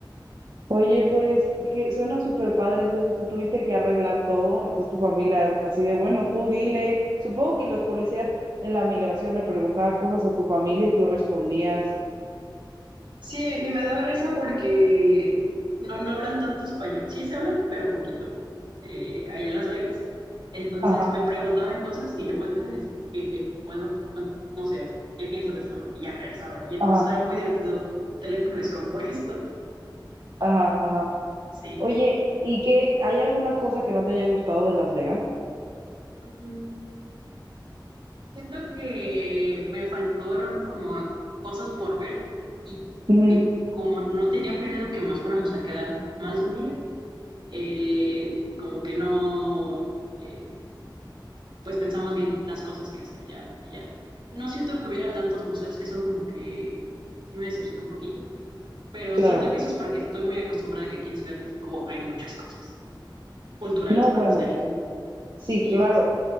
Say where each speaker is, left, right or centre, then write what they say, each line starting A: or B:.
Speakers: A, on the right; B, on the right.
A: Oye, pues, que suena súper padre, entonces tú tuviste que arreglar todo, entonces tu familia así de, bueno, tú dile, supongo que los policías en la migración le preguntaban cosas a tu familia y tú respondías.
B: Sí, y me daba risa porque no, no hablan tanto español. Sí, se hablan, pero poquito. eh, allá en Las Vegas. Entonces
A: Ajá,
B: me preguntaban cosas y yo volteaba y le decía, ¿qué, qué? Bueno, bueno, no sé, o sea, ¿qué piensas de esto, no? Y ya regresaba. Y entonces
A: ajá,
B: era muy divertido, como un teléfono <laughs> descompuesto.
A: ajá, ajá.
B: Sí.
A: Oye, ¿y qué, hay alguna cosa que no te haya gustado de Las Vegas?
B: Ujú. Siento que me faltaron como cosas por ver y
A: Ujú,
B: que como no tenía planeado que nos fuéramos a quedar más de un día, eh, como que no. eh, pues pensamos bien las cosas que hacer allá, allá. No siento que hubiera tantos museos, eso como que sí me decepcionó un poquito, pero
A: claro.
B: siento que eso es porque estoy muy acostumbrada a que aquí en Ciudad de México hay muchas cosas culturales
A: No,
B: para
A: bueno,
B: hacer.
A: pues sí. Sí,
B: Sí,
A: claro.
B: sí, sí.